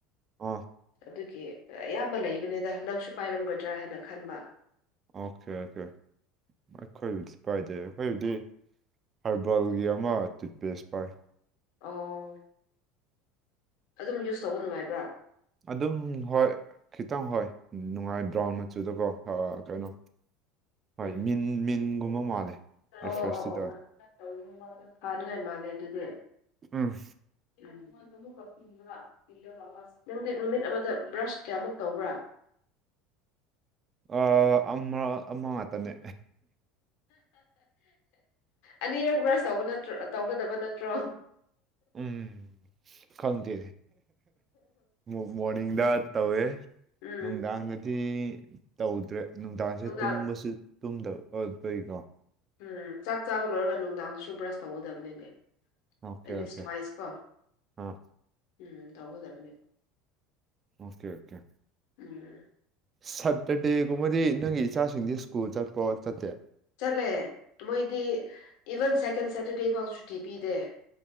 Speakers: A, on the right; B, on the left.
A: ꯑꯣ
B: ꯑꯗꯨꯒꯤ ꯑꯌꯥꯝꯕ ꯂꯩꯕꯅꯦꯗ ꯅꯪꯁꯨ ꯄꯥꯏꯔꯝꯒꯗ꯭ꯔꯥ ꯍꯥꯏꯅ ꯈꯟꯕ
A: ꯑꯣꯀꯦ ꯑꯣꯀꯦ ꯑꯩꯈꯣꯏꯕꯨꯗꯤ ꯄꯥꯏꯗꯦ ꯑꯩꯈꯣꯏꯕꯨꯗꯤ ꯍꯥꯔꯕꯜꯒꯤ ꯑꯃ ꯇꯨꯠꯄꯦꯁ ꯄꯥꯏ
B: ꯑꯣ ꯑꯗꯨꯝ ꯌꯨꯁ ꯇꯧꯕ ꯅꯨꯡꯉꯥꯏꯕ꯭ꯔꯥ
A: ꯑꯗꯨꯝ ꯍꯣꯏ ꯈꯤꯇꯪ ꯍꯣꯏ ꯅꯨꯡꯉꯥꯏ ꯕ꯭ꯔꯥꯎꯟ ꯃꯆꯨꯗꯣꯀꯣ ꯑꯥ ꯀꯩꯅꯣ ꯍꯣꯏ
B: ꯎꯝ
A: ꯃꯤꯟ ꯃꯤꯟꯒꯨꯝꯕ ꯃꯥꯜꯂꯦ
B: ꯑꯣ
A: ꯔꯤꯐ꯭ꯔꯦꯁꯇꯤ
B: ꯑꯣ ꯑꯣ
A: ꯇꯧꯋꯦ
B: ꯑꯣ ꯐꯥꯅꯤꯉꯥꯏ ꯃꯥꯜꯂꯦ ꯑꯗꯨꯗꯤ
A: ꯎꯝ
B: ꯎꯝ <unintelligible> ꯅꯪꯗꯤ ꯅꯨꯃꯤꯠ ꯑꯃꯗ ꯕ꯭ꯔꯁ ꯀꯌꯥꯃꯨꯛ ꯇꯧꯕ꯭ꯔꯥ
A: ꯑꯥ ꯑꯃꯔ ꯑꯃ ꯉꯛꯇꯅꯦ
B: ꯑꯅꯤꯔꯛ ꯕ꯭ꯔꯁ ꯇꯧꯕ ꯅꯇ꯭ꯔꯣ ꯇꯧꯒꯗꯕ ꯅꯠꯇ꯭ꯔꯣ
A: ꯎꯝ ꯈꯪꯗꯦ ꯃꯣ ꯃꯣꯔꯅꯤꯡꯗ ꯇꯧꯋꯦ
B: ꯎꯝ
A: ꯅꯨꯡꯗꯥꯡꯉꯗꯤ ꯇꯧꯗ꯭ꯔꯦ ꯅꯨꯡꯗꯥꯡꯁꯦ
B: ꯅꯨꯡꯗꯥꯡ
A: ꯇꯨꯝꯕꯁꯨ ꯇꯨꯝꯗꯕ ꯑꯠ ꯒꯩ ꯒꯣ
B: ꯎꯝ ꯆꯥꯛ ꯆꯥꯕ ꯂꯣꯏꯔꯒ ꯅꯨꯡꯗꯥꯡꯗꯨꯁꯨ ꯕ꯭ꯔꯁ ꯇꯧꯒꯗꯝꯅꯤꯅꯦ
A: ꯑꯣꯀꯦ
B: ꯑꯦꯠ
A: ꯑꯣꯀꯦ
B: ꯂꯤꯁ ꯇ꯭ꯋꯥꯏꯁꯀꯣ
A: ꯑꯥ
B: ꯎꯝ ꯇꯧꯒꯗꯝꯅꯦ
A: ꯑꯣꯀꯦ ꯑꯣꯀꯦ
B: ꯎꯝ
A: ꯁꯠꯇꯔꯗꯦꯒꯨꯝꯕꯗꯤ ꯅꯪꯒꯤ ꯏꯆꯥꯁꯤꯡꯗꯤ ꯁ꯭ꯀꯨꯜ ꯆꯠꯄꯣ ꯆꯠꯇꯦ
B: ꯆꯠꯂꯦ ꯃꯣꯏꯗꯤ ꯏꯚꯟ ꯁꯦꯀꯦꯟ ꯁꯦꯇꯔꯗꯦ ꯐꯥꯎ ꯁꯨꯇꯤ ꯄꯤꯗꯦ